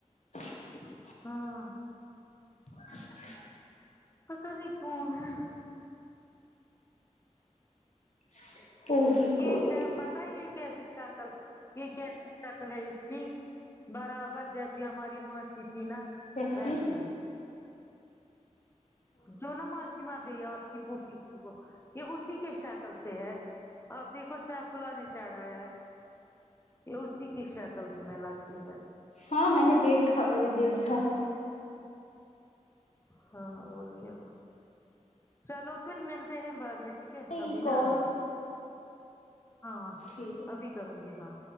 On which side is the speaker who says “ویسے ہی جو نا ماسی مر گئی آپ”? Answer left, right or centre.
Left